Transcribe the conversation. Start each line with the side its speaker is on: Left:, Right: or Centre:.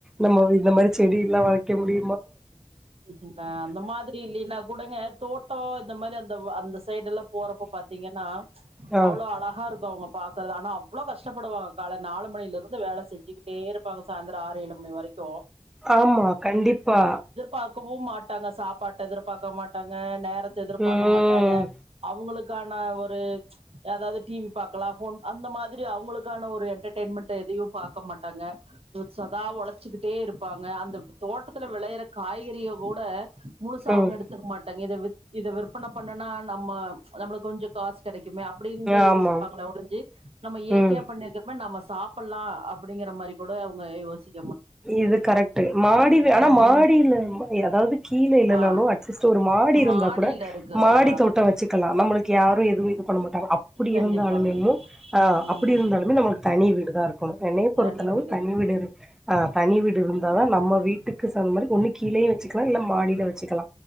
Centre: நம்ம இந்த மாரி செடி எல்லா வை க்க முடி
Right: இப்ப அந்த மாதிரி இல்லைனா கூடங்க தோட்டோ இந்த மாரி அந்த அந்த சைடு எல்லா போறப்போ பாத்தீங்கன்னா
Centre: ஆ
Right: அவ்ளோ அழகா இருக்கு அவுங்க பா க்கறது ஆனா அவ்ளோ கஷ்டப்படுவாங்க கால நாலு மணில இருந்து வேல செஞ்சுக்கிட்டே இருப்பாங்க சாயந்தரோ ஆறு ஏழு மணி வரைக்கு
Centre: ஆமா கண்டிப்பா
Right: பாக்கவு மாட்டாங்க சாப்பாட்ட எதிர்பாக்க மாட்டாங்க நே ரத்த எதிர்பாக்க
Centre: ம்
Right: மாட்டாங்க அவுங்களுக் கான ஒரு அதாவது டி வி பாக்கலா ஃபோன் அந்த மாதிரி அவுங்களுக்கான ஒரு எண்டர்டைன்மென்ட்டு எதையு பாக்க மாட்டாங்க இது சதா ஒழைச்சிக்கிட்டே இருப்பாங்க அந்த தோட்டத்துல வெளையற காய்கறிய கூட முழுசா
Centre: ம்
Right: அவுங்க எடுத்துக்க மாட் டாங்க இத வித் இத விற்பன பண்ணனா நம்ம நம்மளுக்கு கொஞ்ச காசு கெடைக் குமே அப்பிடின்தா
Centre: ஆமா.
Right: யோசிப்பாங்களே ஒழிஞ்சி நம்ம இயற்கையா
Centre: ம்.
Right: பண்ணிருக்கறமே நம்ம சா சாப்பட்லா அப்பிடிங்கிற மாரி கூட அவங்க யோசிக்
Centre: இது கரெக்ட்டு மாடி வீ ஆனா
Right: ம்
Centre: மாடி இல்ல ம எ அதாவது கீழ இல்லனாலு
Right: ஆ
Centre: அட்லீஸ்ட் ஒரு மாடி இருந்தா
Right: மாடியில
Centre: கூட
Right: இருக்கு
Centre: மாடி
Right: ஆ
Centre: தோட்டோ வச்சுக்கலா நம்மளு க்கு யாரு எதுவு இது பண்ண மாட்டாங்க அப்படி
Right: கண்டிப்பாங்க
Centre: இருந்தாலுமேமு ஆ
Right: ம்
Centre: அப்படி இருந்தாலுமே நம்மளுக்கு தனி வீடுதா இருக்கணு என்னைய
Right: தனி
Centre: பொறுத்தளவு தனி
Right: இருக்கு
Centre: வீடு இரு ஆ தனி வீடு இருந்தாதா நம்ம வீட்டுக்கு சாந்த மாரி ஒன்னு கீழயே வெச்சுக்கலா இல்ல மாடில வெச்சுக்கலா